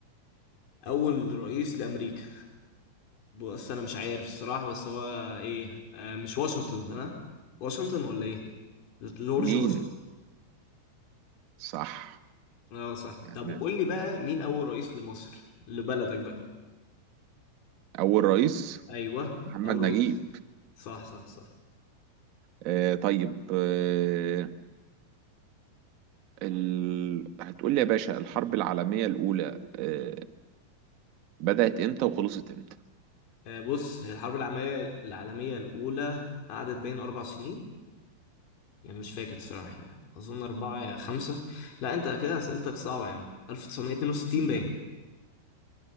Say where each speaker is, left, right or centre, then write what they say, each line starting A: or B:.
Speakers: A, on the left (about 45°); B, on the right (about 45°).
A: اول رئيس لامريكا بص انا مش عارف الصراحه بس هو ايه آه مش واشنطن ده أنا؟ واشنطن ولا ايه جورج
B: مين
A: واشنطن
B: صح
A: اه صح
B: تمام.
A: طب قول لي بقى مين اول رئيس لمصر لبلدك بقى
B: اول رئيس
A: ايوه
B: محمد
A: اول
B: نجيب
A: رئيس صح صح صح
B: آه طيب آه ال... هتقول لي يا باشا الحرب العالمية الأولى آه بدأت امتى وخلصت امتى
A: آه بص هي الحرب العالميه العالميه الاولى قعدت بين اربع سنين يعني مش فاكر الصراحه يعني اظن اربعه يا خمسه لا انت كده اسئلتك صعبه يا عم 1962
B: لا.
A: باين